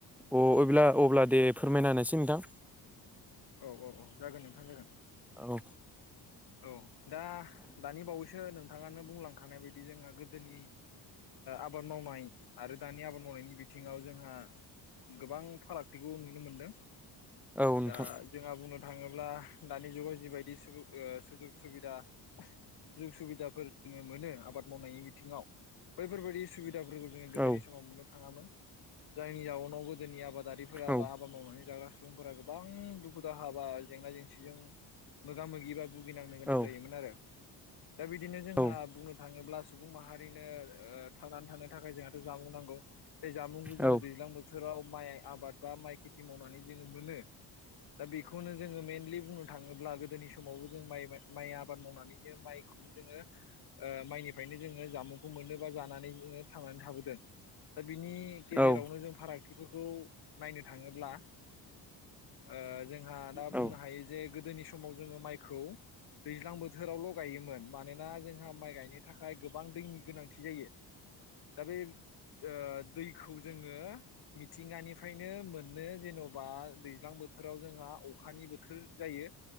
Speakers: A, in the centre; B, on the left.
A: अ अब्ला अब्ला दे फोरमायना होनोसै नोंथां
B: औ औ औ जागोन नोंथां जागोन
A: औ
B: औ दा दानि बावैसो नोंथाङानो बुंलांखानाय बायदि जोंहा गोदोनि आबाद मावनाय आरो दानि आबाद मावनायनि बिथिङाव जोंहा गोबां फारागथिखौ नुनो मोनदों
A: औ नोंथां
B: दा जोंहा बुंनोद थाङोब्ला दानि जुगाव जिबायदि सुबु ओ सुजुग सुबुबिदा जुग सुबिदाफोर मोनो आबाद मावनायनि बिथिङाव बैफोरबायदि सुबिद <unintelligible> जोङो गोदोनि
A: औ
B: समाव मोनो थाङामोन जायनि जाउनाव गोदोनि आबाद आबादारिफोरा
A: औ
B: बा हाबाद मावनानै जाग्रा सुबुंफोरा गोबां दुखु दाहा बा जेंना जेंसिजों मोगा मोगिबा भुगिनांनो गोनां
A: औ
B: जायोमोन आरो दा बिदिनो जोंहा
A: औ
B: बुंनो थाङोब्ला सुबुं माहारिनो ओ थांनानै थानो थाखाय जोंहाथ' जामुं नांगौ बे जामुंखौ जोङो
A: औ
B: दैलांबो बोथो बोथोराव माइ आबाद बा माइ खेथि मावनानै जोङो मोनो दा बेखौनो जोङो मइेनलि बुंनो थाङोब्ला गोदोनि समावबो जों माय आबाद मावनानैनो माइखौनो जोङो ओ माइनिफ्रायनो जोङो जामुंखौ मोननो बा जानानै जोंङो थांनानै थाबोदों बिनि गेजेरावनो
A: औ
B: जों फाराग फोरखौ नायनो थाङोब्ला ओ जोंहा दा
A: औ
B: बुंनो हायो जे गोदोनि समाव जोङो माइ खौ दैज्लां बोथोरावल' गायोमोन मानोना जोंहा माइ गाय बेनि थाखाय गोबां दैनि गोनांथि जायो दा बे ओ दैखौ जोङो मिथिंगानिफ्रायनो मोननो जेनबा दैज्लां बोथोराव जोंहा अखानि बोथोर जायो